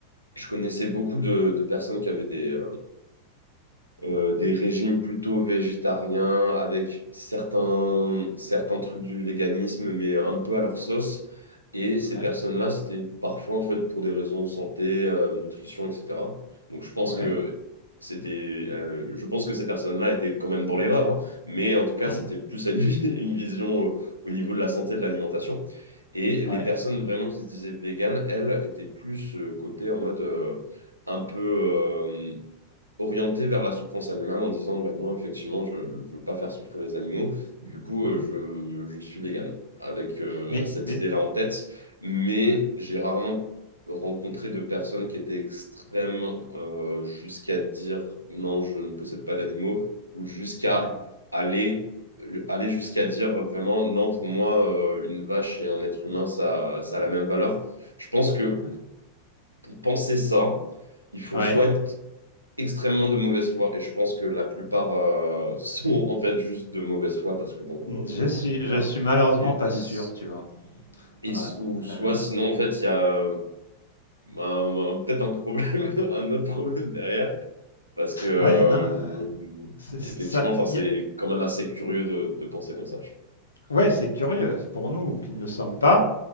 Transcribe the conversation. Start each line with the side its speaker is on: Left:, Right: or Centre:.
Right: je connaissais beaucoup de, de personnes qui avaient des, euh, des régimes plutôt végétariens avec certains, certains trucs du véganisme, mais un peu à leur sauce. Et ces
Left: Ouais,
Right: personnes-là, c'était parfois en fait pour des raisons santé, euh, nutrition, etc. Donc je pense
Left: ouais,
Right: que c'était, euh, je pense que ces personnes-là étaient quand même dans l'erreur, hein. mais en tout cas
Left: mhm,
Right: c'était plus à une, <laughs> une vision au, au niveau de la santé et de l'alimentation. Et les
Left: ouais.
Right: personnes vraiment qui se disaient véganes, elles étaient plus euh, côté en mode euh, un peu euh, orienté vers la souffrance animale en disant ben non, effectivement, je ne veux pas faire souffrir les animaux, du coup,
Left: mhm.
Right: euh, je, je suis vegan, avec euh,
Left: Mais,
Right: cette
Left: mais,
Right: idée-là en tête, mais
Left: ouais,
Right: j'ai rarement rencontré de personnes qui étaient extrêmes euh, jusqu'à dire non, je ne possède pas d'animaux, ou jusqu'à
Left: ouais,
Right: aller aller jusqu'à dire vraiment non pour moi euh, une vache et un être humain ça ça a la même valeur je pense que
Left: ouais.
Right: pour penser ça il faut
Left: ouais.
Right: soit être extrêmement de mauvaise foi et je pense que la plupart euh, sont en fait juste de mauvaise foi parce que bon,
Left: Je
Right: euh,
Left: suis,
Right: voilà.
Left: je suis malheureusement
Right: Ils-
Left: pas
Right: ils-
Left: sûr, tu vois.
Right: ils-
Left: Ouais,
Right: ou soit
Left: euh,
Right: sinon en fait il y a euh, un- un- peut-être un problème, <laughs> un autre problème derrière parce que euh,
Left: ouais, non, euh,
Right: je-
Left: c'est- c'est-
Right: effectivement,
Left: ça,
Right: enfin
Left: il
Right: c'est quand même assez curieux de, de penser comme ça.
Left: Ouais, c'est curieux pour nous qui ne le sommes pas